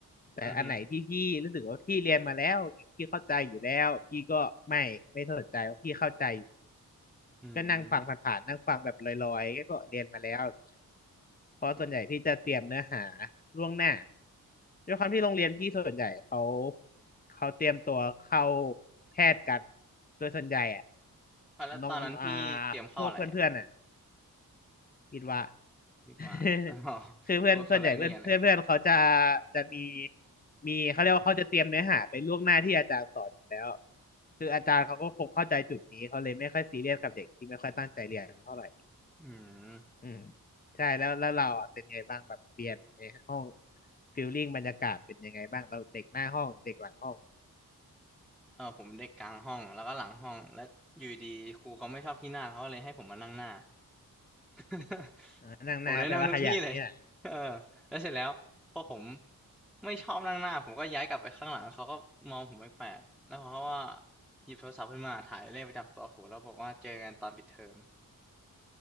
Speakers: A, on the left; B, in the centre.
A: แต่อันไหนที่พี่รู้สึกว่าพี่เรียนมาแล้วพี่เข้าใจอยู่แล้วพี่ก็ไม่ไม่สนใจว่าพี่เข้าใจอยู่
B: อือฮึอืม
A: ก็นั่งฟังผ่านๆนั่งฟังแบบลอยๆ ก็เรียนมาแล้วอย่างเงี้ยเพราะส่วนใหญ่พี่จะเตรียมเนื้อหาล่วงหน้าด้วยความที่โรงเรียนพี่ส่วนใหญ่เขาเขาเตรียมตัวเข้าแพทย์กันโดยส่วนใหญ่อะ
B: อ่ะแล้วตอนนั้นพี่เตรียมเข้าอะไรอ่ะ
A: น้องอ่าพวกเพื่อนๆอ่ะ คิดว่า
B: วิทย์วะอ๋อ
A: <laughs> คือเพื่อนส่วนใหญ่เพื่อนเพื่อนเพื่อนเขาจะ
B: คนคนละนี่กันเลย
A: จะมีมีเขาเรียกว่าเขาจะเตรียมเนื้อหาไปล่วงหน้าที่อาจารย์สอนอยู่แล้วคืออาจารย์เขาก็คงเข้าใจจุดนี้เขาเลยไม่ค่อยซีเรียสกับเด็กที่ไม่ค่อยตั้งใจเรียนเท่าไหร่
B: อืม
A: อืมใช่แล้วแล้วเราอะเป็นไงบ้างแบบเรียนในห้องฟิลลิ่งบรรยากาศเป็นยังไงบ้างเราเด็กหน้าห้องหรือเด็กหลังห้อง
B: เออผมเด็กกลางห้อง แล้วก็หลังห้อง แล้วอยู่ดีครูเขาไม่ชอบพี่หน้าเขาเลยให้ผมมานั่งหน้า <laughs>
A: อ่านั่งหน้าแปลว่าขยันนี่แหละ
B: ผมได้นั่งทุกที่เลย <laughs> เออแล้วเสร็จแล้วพอผมไม่ชอบนั่งหน้าผมก็ย้ายกลับไปข้างหลังเขาก็มองผมแปลกๆแล้วเขาก็ว่าหยิบโทรศัพท์ขึ้นมาถ่ายเลขประจำตัวผมแล้วบอกว่าเจอกันตอนปิดเทอม